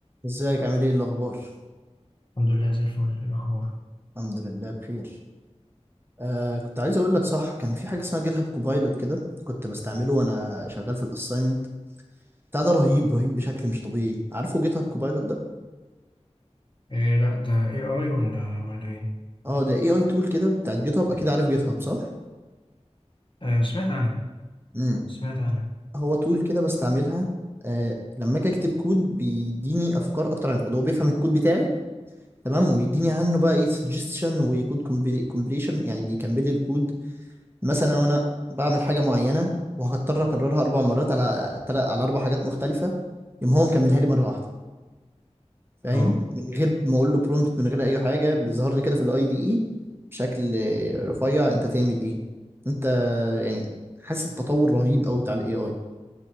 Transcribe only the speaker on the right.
ازيك عامل ايه إيه الاخبار
الحمد لله بخير آه كنت عايز اقول لك صح كان في حاجه اسمها جيت هاب كوبايلوت كده كنت بستعمله وانا شغال في الاساينمنت بتاع ده رهيب رهيب بشكل مش طبيعي عارفه جيت هاب كوبايلوت ده
اه ده اي اي تول كده بتاعت جيت هاب اكيد عارف جيت هاب صح
امم
هو تول كده بستعملها آه لما اجي اكتب كود بيديني افكار اكتر عن الكود هو بيفهم الكود بتاعي تمام ويديني عنه بقى ايه سجستشن وكود كومبليشن يعني بيكمل لي الكود مثلا لو انا بعمل حاجه معينه وهضطر اكررها اربع مرات على تل... على اربع حاجات مختلفه يقوم هو مكملها لي مره واحده فاهم
من غير ما اقول له برومبت من غير اي حاجه بيظهر لي كده في الاي دي اي بشكل رفيع انت تعمل ايه انت يعني حاسس التطور رهيب قوي بتاع الاي اي